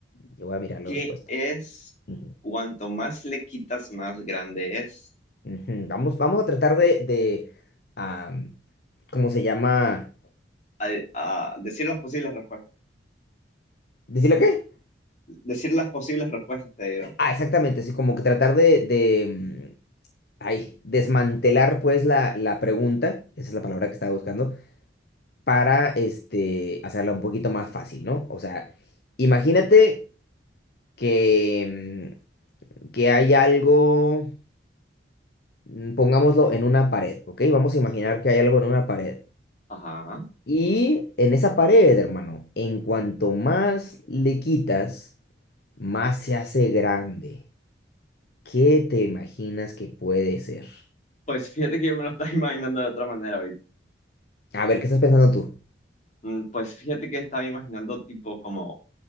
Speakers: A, on the left (about 55°); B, on the left (about 40°).
A: Yo voy a mirar la
B: ¿Qué
A: respuesta.
B: es
A: Ujú,
B: cuanto más le quitas, más grande es?
A: ujú. Vamos, vamos a tratar de, de, am, ¿cómo se llama?
B: Al- a decir las posibles respuestas,
A: ¿Decirle qué?
B: decir las posibles respuestas, te digo.
A: Ah, exactamente, sí, como que tratar de, de, mm, ay, desmantelar pues la, la pregunta, esa es la palabra que estaba buscando, para este, hacerla un poquito más fácil, ¿no? O sea, imagínate que... mm, que hay algo, mm, pongámoslo en una pared, ¿ok? Vamos a imaginar que hay algo en una pared.
B: Ajá.
A: Y en esa pared, hermano, en cuanto más le quitas, más se hace grande. ¿Qué te imaginas que puede ser?
B: Pues fíjate que yo me lo estaba <laughs> imaginando de otra manera, Vic.
A: A ver, ¿qué estás pensando tú?
B: Mm, Pues fíjate que estaba imaginando tipo como,